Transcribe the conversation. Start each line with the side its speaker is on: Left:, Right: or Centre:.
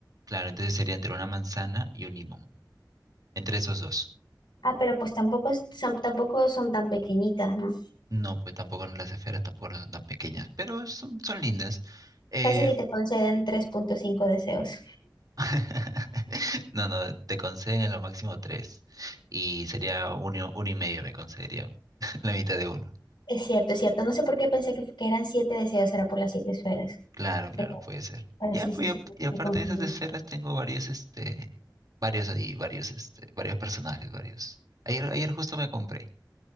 Right: Claro, entonces sería entre una manzana y un limón. Entre esos dos.
Left: Ah, pero pues tampoco, es- son, tampoco son tan pequeñitas, ¿no?
Right: No, pues tampoco no- las esferas tampoco no son tan pequeñas, pero son, son lindas. Eh,
Left: Fácil y te conceden tres punto cinco deseos.
Right: <laughs> No, no, te conceden en lo máximo tres. Y sería uno, uno y medio me concedería <laughs> la mitad de uno.
Left: Es cierto, es cierto. No sé por qué pensé que, que eran siete deseos, era por las siete esferas.
Right: Claro,
Left: Pero,
Right: claro, puede ser.
Left: pero
Right: Ya,
Left: sí,
Right: pues,
Left: sí, sí,
Right: y ap- y aparte
Left: me confundí.
Right: de esas esferas tengo varios, este, varios ahí, varios, este, varios personajes, varios. Ayer, ayer justo me compré.